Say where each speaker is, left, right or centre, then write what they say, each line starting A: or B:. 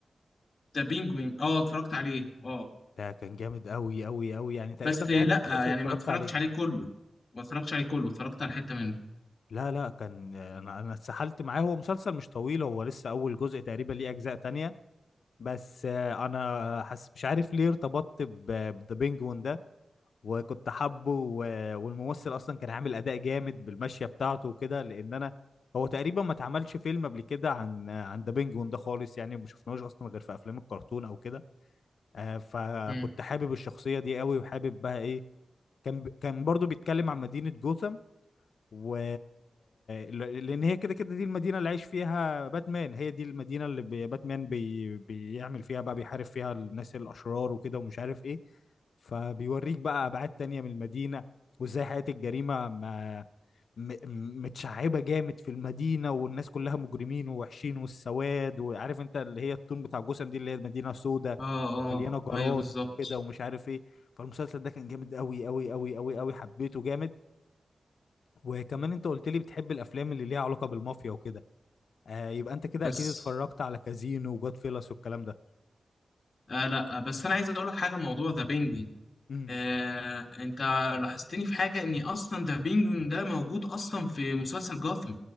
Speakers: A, on the left; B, on the left.
A: ده بينجوين اه اتفرجت عليه اه
B: ده كان جامد قوي قوي قوي يعني تقريبا
A: بس
B: ده
A: آه،
B: اخر
A: لا
B: مسلسل
A: يعني
B: اتفرجت
A: ما اتفرجتش
B: عليه
A: عليه كله ما اتفرجتش عليه كله اتفرجت على حته منه
B: لا لا كان انا انا اتسحلت معاه هو مسلسل مش طويل هو لسه اول جزء تقريبا ليه اجزاء تانية بس آه، انا حس مش عارف ليه ارتبطت بذا بينجوين ده وكنت حابه و- والممثل اصلا كان عامل اداء جامد بالمشية بتاعته وكده لان انا هو تقريبا ما اتعملش فيلم قبل كده عن عن ذا بينجوين ده خالص يعني ما شفناهوش اصلا غير في افلام الكرتون او كده آه، فكنت
A: مم.
B: حابب الشخصية دي قوي وحابب بقى ايه كان ب... كان برضو بيتكلم عن مدينة جوثام و ل- لأن هي كده كده دي المدينة اللي عايش فيها باتمان هي دي المدينة اللي بي... باتمان بي... بيعمل فيها بقى بيحارب فيها الناس الأشرار وكده ومش عارف ايه فبيوريك بقى أبعاد تانية من المدينة وازاي حياة الجريمة ما... م... م- متشعبة جامد في المدينة والناس كلها مجرمين ووحشين والسواد وعارف انت اللي هي التون بتاع جوثام دي اللي هي مدينة سودة
A: اه
B: مليانه
A: اه
B: جرايم
A: ايوه بالظبط
B: كده ومش عارف ايه فالمسلسل ده كان جامد قوي قوي قوي قوي قوي حبيته جامد وكمان انت قلت لي بتحب الافلام اللي ليها علاقه بالمافيا وكده آه يبقى انت كده
A: بس
B: اكيد اتفرجت على كازينو وجود فيلس والكلام ده
A: آه لا آه بس انا عايز اقول لك حاجه موضوع ذا بينجوين
B: امم
A: آه، انت لاحظتني في حاجة ان اصلا ذا بينجوين ده موجود اصلا في مسلسل جاثم